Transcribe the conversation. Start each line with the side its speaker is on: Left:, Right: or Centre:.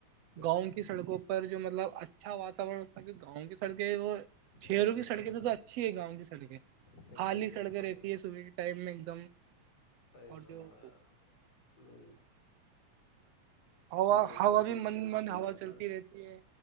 Left: بے
Right: گاؤں
Left: شک
Right: کی سڑکوں پر پر جو مطلب اچھا واتاورن گاؤں کی سڑکیں وہ
Left: صحیح
Right: شہروں
Left: فرمایا
Right: کی سڑکیں تو تو اچھی ہے گاؤں کی سڑکیں
Left: بالکل
Right: خالی سڑکیں
Left: بالکل
Right: رہتی ہے صبح کے ٹائم میں ایک دم-
Left: صی
Right: اور
Left: س میں
Right: جو
Left: مل-
Right: ہوا
Left: بالکل
Right: ہوا
Left: صحیح
Right: بھی
Left: فرمایا
Right: مند
Left: جناب
Right: مند ہوا
Left: آپ
Right: چلتی
Left: نے-
Right: رہتی ہے